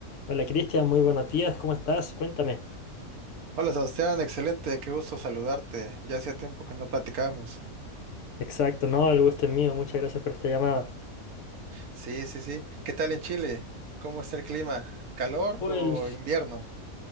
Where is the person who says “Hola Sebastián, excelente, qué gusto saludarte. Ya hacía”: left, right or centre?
Right